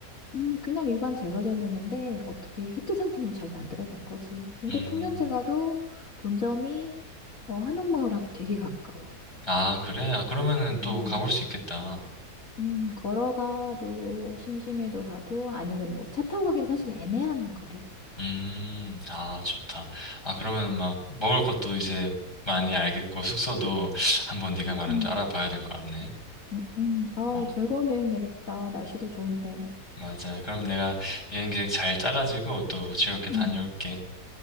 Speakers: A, on the left; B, on the left.
A: 음, 그냥 일반 제과점이었는데 어떻게 히트 상품을 잘 만들어낸 거지. 근데
B: 음,
A: 풍년제과도 본점이 어, 한옥마을하고 되게 가까워.
B: 아, 그래? 아, 그러면은 또
A: 음.
B: 가볼 수 있겠다.
A: 음, 걸어가도 심심해도 가도 아니면 뭐 차 타고 가긴 사실 애매한 거리.
B: 음, 아, 좋다. 아, 그러면 막 먹을 것도 이제 많이 알겠고, 숙소도 한번 네가 말한
A: 음.
B: 줄 알아봐야 될 것 같네.
A: 음, 음. 어우,
B: 어,
A: 즐거운 여행 되겠다. 날씨도 좋은데.
B: 맞아. 그럼 내가 여행 계획 잘 짜가지고 또 즐겁게 다녀올게.
A: 음,